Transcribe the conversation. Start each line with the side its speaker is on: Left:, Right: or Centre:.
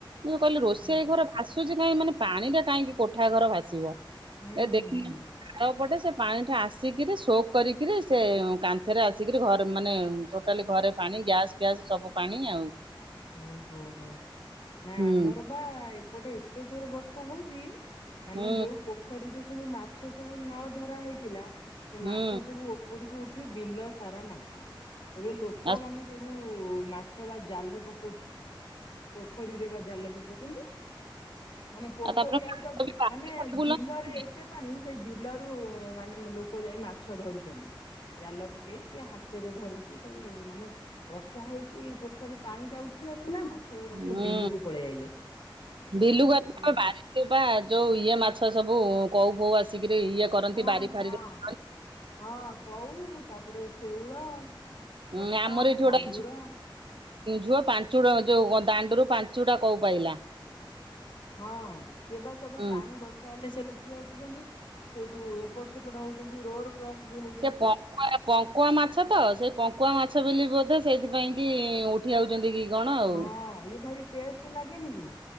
Right: ମୁଁ କହିଲି ରୋଷେଇ
Left: ହୁଁ
Right: ଘର ଦ୍ଭାସୁଚି କାହିଁ ମାନେ ପାଣିଟା କାହିଁକି କୋଠା ଘର ଭାସିବ
Left: ହୁଁ
Right: ଏ ଦେଖିକି
Left: ହୁଁ
Right: ତାପଟେ ସେ ପାଣିଟା ଆସିକିରି ସୋକ କରିକିରି ସେ କାନ୍‌ ସେଥେରେ ଆସିକିରି ଘରେ ମାନେ ଟୋଟାଲି ଘରେ ପାଣି ଗ୍ୟାସ ଫ୍ୟାସ ସବୁ ପାଣି ଆଉ
Left: ଓହୋ ହୋ ନା
Right: ହୁଁ
Left: ଆମର ବା ଏପଟେ ଏତେ ଜୋରେ ବର୍ଷା ହଉଛି ମାନେ
Right: ହୁଁ
Left: ଯୋଉ ପୋଖରୀରେ ସବୁ ମାଛ ସବୁ ନ ଧରା ହେଇଥିଲା ସେ
Right: ହୁଁ
Left: ମାଛ ସବୁ ଓପ୍ ଉପରକୁ ଉଠି ବିଲ ସାରା ମାଛ। ଏବେ ଲୋକମାନେ
Right: ଆଉ
Left: ସବୁ ମାଛ ବା ଜାଲ ପ ପୋଖରୀରେ ବା ଜାଲ ପକଉଛନ୍ତି। ମାନେ ପୋଖରୀ
Right: ତାପରେ
Left: ଆଉ
Right: ମାଛ
Left: ତ
Right: ବି ବାହାରେ
Left: ମାନେ
Right: ବୁଲନ୍ତିନି
Left: ବିଲରେ ଏତେ ପାଣି ସେ ବିଲରୁ ମାନେ ଲୋକ ଯାଇ ମାଛ ଧରୁଛନ୍ତି। ଜାଲ ପକେଇ କିଏ ହାତରେ ଧରୁଛି ସବୁ ମାନେ ବର୍ଷା ହେଇକି ପୋଖରୀ ପାଣି ଟା ଉଠି ଆସିଲା ନା ମାଛଗୁଡା
Right: ହୁଁ
Left: ସବୁ ବିଲକୁ ପଳେଇ ଆଇଲେ
Right: ବିଲୁକୁ
Left: ଏନେ ଲୋକ
Right: ଆସିକି
Left: ସବୁ ଧ
Right: ବାରିରେ ବା ଯୋଉ ଇଏ ମାଛ ସବୁ କଉ ଫଉ ଆସିକିରି ଇଏ କରନ୍ତି
Left: ହଁ
Right: ବାରି
Left: ହଁ,
Right: ଫାରିରେ
Left: ହଁ କଉ ତାପରେ ଶେଉଳ
Right: ହୁଁ
Left: ରତା
Right: ଆମର ଏଠି ଗୋଟେ
Left: ମାଗୁର
Right: ଝୁଅ ପାଞ୍ଚୁଟା ଯୋଉ ଦାଣ୍ଡରୁ ପାଞ୍ଚୁଟା କଉ ପାଇଲା।
Left: ହଁ ସିଏ ବା ସବୁ
Right: ହୁଁ
Left: ପାଣି ବ ତାହେଲେ ସେ ଉଠି ଆସୁଛନ୍ତି, ସେଉଟୁ ଏପଟ ସେପଟ ହଉଛନ୍ତି ରୋଡ କ୍ରସ ବି ହଉଛନ୍ତି
Right: ସେ ପ
Left: ବା
Right: ପଙ୍କୁଆ ପଙ୍କୁଆ ମାଛ ତ ସେଇ ପଙ୍କୁଆ ମାଛ ବୋଲି ବୋଧେ ସେଇଥିପାଇଁ କି ଉଠି ଯାଉଛନ୍ତି କି? କଣ ଆଉ।
Left: ହଁ ଇଏ ଭାରି ଟେଷ୍ଟ ଲାଗେନି କି?